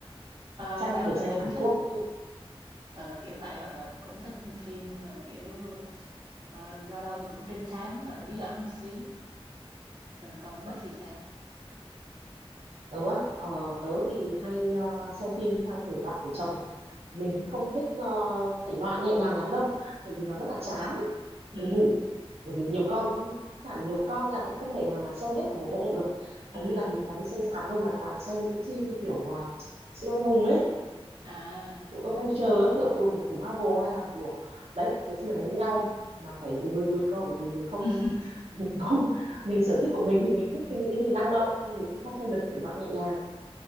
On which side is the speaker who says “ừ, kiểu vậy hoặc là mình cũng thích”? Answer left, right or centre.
Right